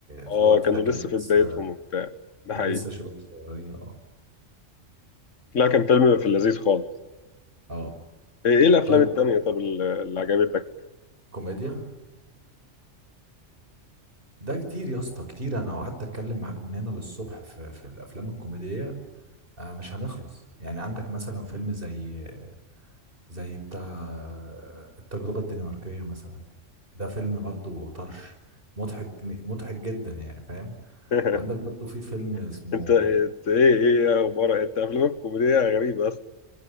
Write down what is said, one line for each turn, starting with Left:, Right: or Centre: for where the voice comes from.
Right: في
Left: اه
Right: الوقت
Left: كانوا
Right: ده كانوا
Left: لسه في
Right: لسه
Left: بدايتهم وبتاع ده
Right: كانوا
Left: حقيقي
Right: لسه شباب صغيرين اه
Left: لا كان فيلم في اللذيذ خالص
Right: اه
Left: ايه إيه الافلام
Right: طيب
Left: التانية طب ال- اللي عجبتك
Right: كوميديا ده كتير يا اسطى كتير انا قعدت اتكلم معاك من هنا للصبح في في الافلام الكوميديه آه، مش هنخلص يعني عندك مثلا فيلم زي زي بتاع آه، التجربه الدنماركيه مثلا ده فيلم برضو طرش مضحك مضحك جدا يعني فاهم
Left: <laughs>
Right: وعندك برضو في فيلم اسمه
Left: انت إنت ايه ايه اخبارك انت افلامك كوميدية غريبة